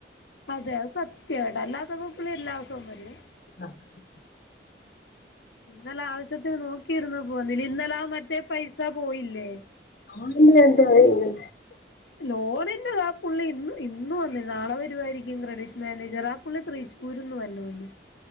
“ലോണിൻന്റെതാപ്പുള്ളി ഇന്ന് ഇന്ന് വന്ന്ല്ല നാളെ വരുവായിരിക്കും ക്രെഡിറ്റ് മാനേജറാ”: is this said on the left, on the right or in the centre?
Left